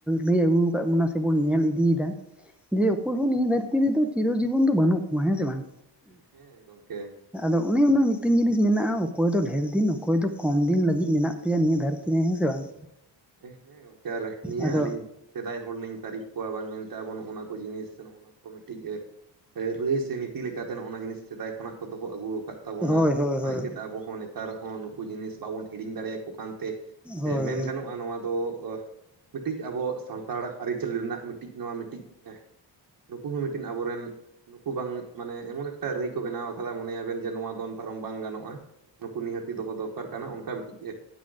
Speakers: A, in the centre; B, on the right.
A: ᱞᱟᱹᱭ ᱟᱹᱜᱩ ᱟᱠᱟᱫ ᱵᱚᱱᱟ ᱥᱮᱵᱩᱱ ᱧᱮᱞ ᱤᱫᱤᱭᱮᱫᱟ ᱡᱮ ᱚᱠᱚᱭ ᱦᱚᱸ ᱱᱤᱭᱟᱹ ᱫᱷᱟᱹᱨᱛᱤ ᱫᱷᱟᱹᱨᱛᱤ ᱨᱮᱫᱚ ᱪᱤᱨᱚ ᱡᱤᱵᱚᱱ ᱫᱚ ᱵᱟᱹᱱᱩᱜ ᱠᱚᱣᱟ ᱦᱮᱸ ᱥᱮ ᱵᱟᱝ?
B: ᱦᱮᱸ ᱜᱚᱝᱠᱮ ᱾
A: ᱟᱫᱚ ᱚᱱᱮ ᱩᱱᱟᱹᱜ ᱢᱤᱫᱴᱮᱱ ᱡᱤᱱᱤᱥ ᱢᱮᱱᱟᱜᱼᱟ᱾ ᱚᱠᱚᱭ ᱫᱚ ᱰᱷᱮᱨ ᱫᱤᱱ ᱚᱠᱚᱭ ᱫᱚ ᱠᱚᱢ ᱫᱤᱱ ᱞᱟᱹᱜᱤᱫ ᱢᱮᱱᱟᱜ ᱯᱮᱭᱟ ᱱᱤᱭᱟᱹ ᱫᱷᱟᱹᱨᱛᱤ ᱨᱮ ᱦᱮᱸᱥᱮ ᱵᱟᱝ?
B: ᱦᱮᱸ ᱦᱮᱸ ᱜᱚᱢᱠᱮ ᱟᱨ ᱱᱤᱭᱟᱹ
A: ᱟᱫᱚ
B: ᱟᱹᱞᱤᱧ ᱥᱮᱫᱟᱭ ᱦᱚᱲ ᱞᱤᱧ ᱛᱟᱹᱨᱤᱯ ᱵᱟᱝ ᱢᱮᱱᱛᱮ ᱟᱵᱚ ᱱᱚᱜᱼᱟ ᱱᱚᱣᱟ ᱠᱚ ᱡᱤᱱᱤᱥ ᱥᱮ ᱱᱚᱜᱼᱟ ᱱᱚᱣᱟ ᱠᱚ ᱢᱤᱫᱴᱤᱡ ᱨᱟᱹᱭ ᱥᱮ ᱛᱤ ᱞᱮᱠᱟᱛᱮ ᱚᱱᱟ ᱡᱤᱱᱤᱥ ᱥᱮᱫᱟᱭ ᱠᱷᱚᱱᱟᱜ ᱠᱚ ᱫᱚᱦᱚ ᱟᱹᱜᱩ ᱟᱠᱟᱫ ᱛᱟᱵᱚᱱᱟ᱾
A: ᱦᱳᱭ ᱦᱳᱭ
B: ᱚᱱᱟ
A: ᱦᱳᱭ
B: ᱠᱟᱹᱛᱮ ᱟᱵᱚᱸ ᱱᱮᱛᱟᱨ ᱦᱚᱸ ᱱᱩᱠᱩ ᱡᱤᱱᱤᱥ ᱵᱟᱵᱚᱱ ᱦᱤᱲᱤᱧ ᱫᱟᱲᱮᱭᱟᱠᱚ ᱠᱟᱱᱛᱮ
A: ᱦᱳᱭ
B: ᱢᱮᱱ ᱜᱟᱱᱚᱜᱼᱟ ᱱᱚᱣᱟ ᱫᱚ ᱢᱤᱫᱴᱤᱡ ᱟᱵᱚ ᱥᱟᱱᱛᱟᱲ ᱟᱹᱨᱤᱪᱟᱹᱞᱤ ᱨᱮᱱᱟᱜ ᱢᱤᱫᱴᱤᱱ ᱱᱚᱣᱟ ᱢᱤᱫᱴᱤᱡ ᱱᱩᱠᱩ ᱦᱚᱸ ᱢᱤᱫᱴᱤᱱ ᱟᱵᱚᱨᱮᱱ ᱱᱩᱠᱩ ᱵᱟᱝ ᱢᱟᱱᱮ ᱮᱢᱚᱱ ᱮᱠᱴᱟ ᱨᱟᱹᱭ ᱠᱚ ᱵᱮᱱᱟᱣ ᱠᱟᱫᱟ ᱢᱚᱱᱮᱭᱟᱵᱮᱱ ᱡᱮ ᱱᱚᱣᱟ ᱫᱚᱱ ᱯᱟᱨᱚᱢ ᱵᱟᱝ ᱜᱟᱱᱚᱜᱼᱟ ᱾ ᱱᱩᱠᱩ ᱱᱤᱦᱟᱹᱛᱤ ᱫᱚᱦᱚ ᱫᱚᱨᱠᱟᱨ ᱠᱟᱱᱟ ᱾ ᱚᱱᱠᱟ ᱢᱤᱫᱴᱤᱡ ᱮ